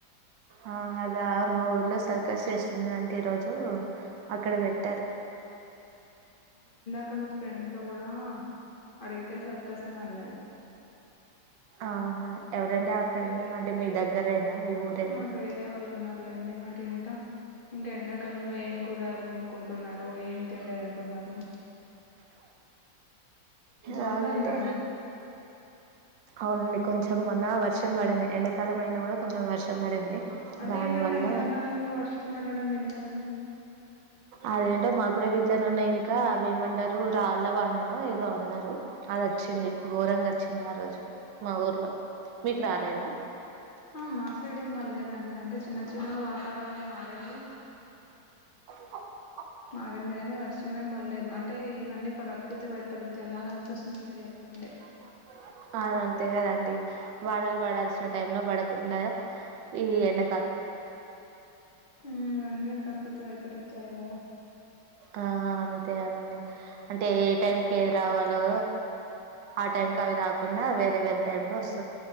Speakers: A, on the right; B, on the left.
A: ఆహ్ అదా మా ఊర్లో సర్కస్ చేస్తున్నారంటా ఈరోజు. ఓహో అక్కడ పెట్టారు.
B: ఇంకా మా ఫ్రెండ్ తో కూడా అడిగితే సర్కస్ అనే అన్నది.
A: ఆహా ఎవరండి ఆ ఫ్రెండు అంటే మీ దగ్గరేనా. మీ ఊరేనా
B: ఆహ్ వేరే వాళ్ళున్నారులేండి మరి ఇంకా. ఇంకా ఎండాకాలంలో ఏం కూరగాయలు కోన్నుకుంటున్నారు ఏం తిండి తింటున్నారు. జలుబయిందా
A: ఆహ్ అంటే
B: అండి
A: ఆమ్లెట్. కొంచెం మొన్న వర్షం పడింది ఎండాకాలం అయినాగూడా కొంచెం వర్షం పడింది.
B: అదేంటండి
A: దానివల్ల
B: ఎండాకాలంలో వర్షం పడడం వింతగుంది.
A: అదేంటో మాకుగుడ విం. తనునింక అవి ఏమంటారు రాళ్ళ వాననో ఏదో అన్నారు అదొచీంది ఘోరంగా వచ్. ఆ రోజు మా ఊర్లో. మీకు రాలేదా
B: ఆహ్ మా సైడ్ ఏం పడ్లేదండి అంటే చిన్న చిన్న వాతావరణం మర్. ఏంది.
A: <inaudible>
B: మారింది గనీ వర్షం ఏం బల్లెదు అంటే ఇవన్నీ ప్రకృతి వైపరీత్యాలాగ అనిపిస్తుంది మీరు చెప్తుంటే
A: <inaudible> అదంతే కదండి వానలు పడాల్సిన టైంల పడకుండా ఈ ఎండ
B: ఉమ్ ఇవన్నీ ప్రకృతి వైపరీత్యాలే గదా
A: ఆహ్ అంతే అండి అంటే ఏ టైం కేది రావాలో ఆ టైంకి అవి రాకుండా వేరే వేరే టైం లో వస్